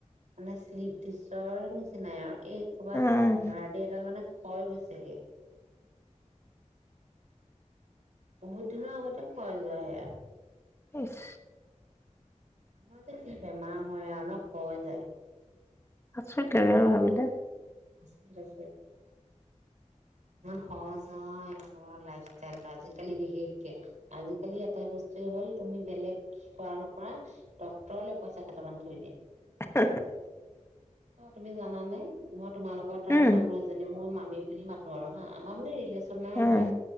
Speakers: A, on the right; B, on the left.
A: মানে শ্লিপ ডিচৰ নিচিনাই আৰু এই ক'বা
B: উম
A: হাৰডি এডাল মানে হৈ গৈছেগে। বহুত দিনৰ আগতে ক্ষয় যোৱা সেয়া।
B: ইছ
A: মানুহৰ যে কি বেমাৰ হয় আৰু ন, কয় যে
B: আচৰিত লাগে ন ভাবিলে?
A: <unintelligible> ইমান সহজ নহয় মানুহৰ লাইফষ্টাইলটো আজিকালি বিশেষকে। আজিকালি এটাই বস্তুৱে হ'ল তুমি বেলেগ কৰা নকৰা ডক্তৰলে পইচা কেইটামান থৈ দিয়া।
B: <unintelligible>
A: অ' তুমি জানানে মই তোমালোকৰ তাৰে
B: উম
A: মানুহ এজনী মোৰ মামী। বুলি মাতো আৰু হা আমাৰ মানে ৰিলেচন চনৰে
B: উম
A: হয়।